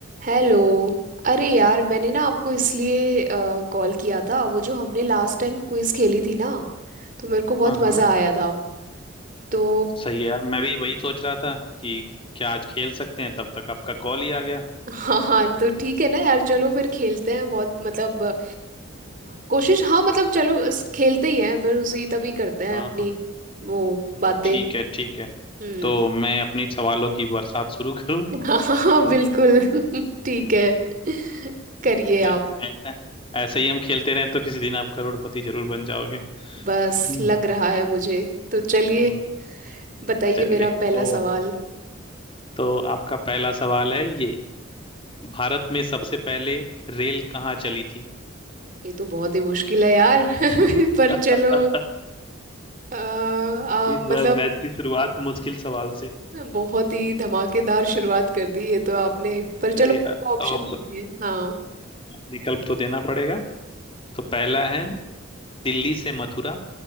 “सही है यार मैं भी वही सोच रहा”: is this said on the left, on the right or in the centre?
Left